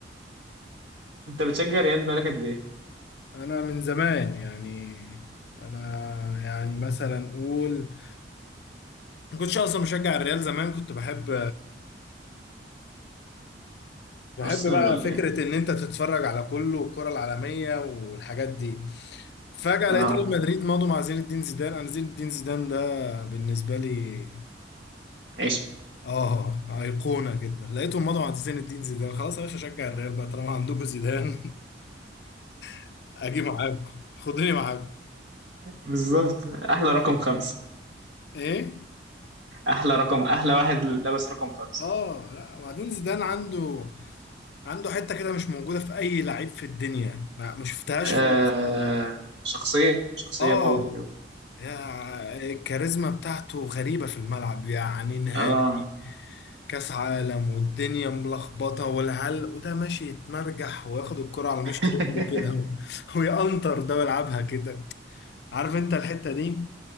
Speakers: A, on the right; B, on the left.
A: انت بتشجع ريال بقالك قد ايه
B: أنا من زمان يعني أنا يعني مثلا أقول ما كنتش أصلا مشجع الريال زمان كنت بحب بحب
A: ارسنال
B: بقى
A: ولا
B: فكرة
A: ايه
B: إن أنت تتفرج على كله والكرة العالمية والحاجات دي فجأة
A: اه
B: لقيت ريال مدريد ماضوا مع زين الدين زيدان أنا زين الدين زيدان ده بالنسبة لي
A: عشق
B: آه أيقونة جدا لقيتهم ماضوا مع زين الدين زيدان خلاص يا باشا أشجع الريال بقى طالما عندكم زيدان <laughs> أجي معاكم خدوني معاكم
A: بالظبط احلى رقم
B: آه
A: خمسة
B: إيه؟
A: احلى رقم احلى واحد لابس رقم خمسة
B: آه لا وبعدين زيدان عنده عنده حتة كده مش موجودة في أي لعيب في الدنيا ما ما شفتهاش
A: آه
B: خالص
A: شخصية شخصية
B: اه
A: قوية أوي.
B: يا- الكاريزما بتاعته غريبة في الملعب يعني نهائي
A: اه
B: كأس عالم والدنيا ملخبطة والعلق وده ماشي يتمرجح وياخد الكرة على مشط
A: <laughs>
B: رجله كده و- ويقنطر ده ويلعبها كده عارف انت الحتة دي